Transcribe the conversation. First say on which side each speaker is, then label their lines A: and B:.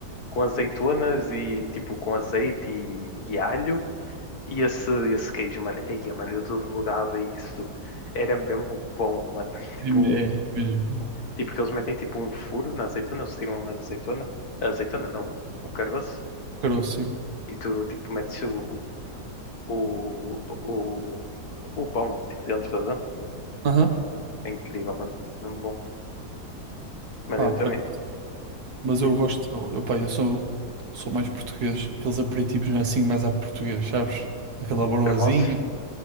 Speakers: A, on the left (about 65°); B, on the right (about 65°).
A: com azeitonas e tipo com azeite e, e alho. E esse, esse queijo, mano, eia, mano, eu devorava isso. Era mesmo bom, mano. <laughs> Tipo,
B: É, é mesmo, bom.
A: tipo que eles metem tipo um furo na azeitona, eles tiram a azeitona, a azeitona não, o caroço,
B: Caroço, sim.
A: e tu tipo metes o, o, o, o pão tipo dentro da dã.
B: Aham.
A: É incrível, mano. Mesmo bom. Mano,
B: Pá,
A: eu também.
B: por acaso. Mas
A: tipo,
B: eu gosto, eu, pá, eu sou, sou mais português, aqueles aperitivos assim mais à português, sabes? Aquela broazinha.
A: Cremoso,